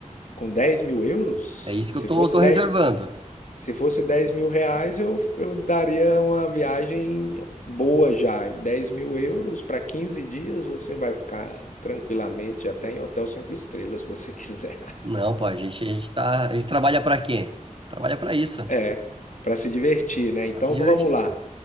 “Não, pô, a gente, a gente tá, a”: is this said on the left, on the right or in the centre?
Right